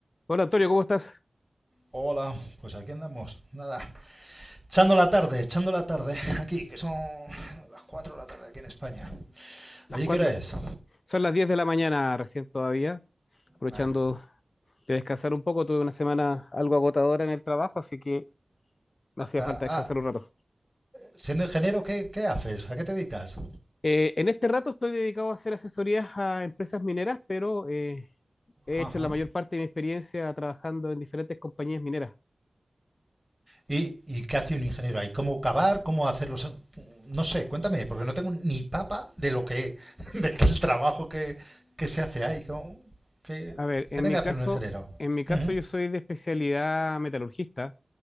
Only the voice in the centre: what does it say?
Hola, pues aquí andamos, nada, echando la tarde, echando la tarde, aquí, que son las 4 de la tarde aquí en España.
¿Allí
qué hora es?
Bueno,
ah,
ah,
siendo ingeniero, ¿qué, qué haces? ¿A qué te dedicas?
Ajá.
¿Y, ¿Y qué hace un ingeniero ahí? ¿Cómo cavar? ¿Cómo hacerlo? No sé, cuéntame, porque no tengo ni papa de lo que, <laughs> de el trabajo que, que se hace ahí. ¿Cómo- ¿Qué,
qué tiene
que hacer
un ingeniero?
Ujú.